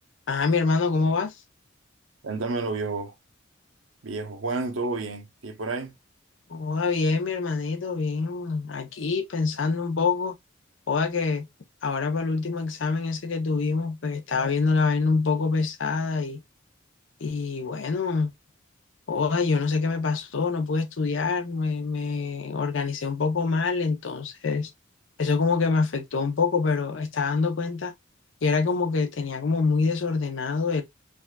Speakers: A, on the left; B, on the right.
A: Ah, mi hermano, ¿cómo vas?
B: Cuéntamelo, viejo, viejo Juan, todo bien, ¿qué hay por ahí?
A: Hola, bien, mi hermanito, bien. Aquí pensando un poco. Hola, que ahora para el último examen ese que tuvimos, pues estaba viendo la vaina un poco pesada y, y bueno, hola, yo no sé qué me pasó, no pude estudiar, me, me organicé un poco mal, entonces eso como que me afectó un poco, pero estaba dando cuenta y era como que tenía como muy desordenado